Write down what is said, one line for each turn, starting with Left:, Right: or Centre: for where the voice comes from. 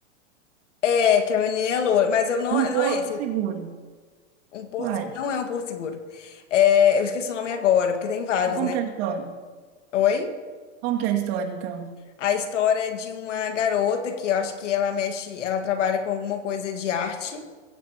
Left: É, que é a menina é loura, mas eu não,
Right: Um porto
Left: não é esse.
Right: seguro.
Left: Um porto,
Right: Uai,
Left: se- não é um porto seguro. É, eu esqueci o nome agora, porque tem vários,
Right: como
Left: né?
Right: que é a história?
Left: Oi?
Right: Como que é a história, então?
Left: A história é de uma garota que eu acho que ela mexe, ela trabalha com alguma coisa de arte.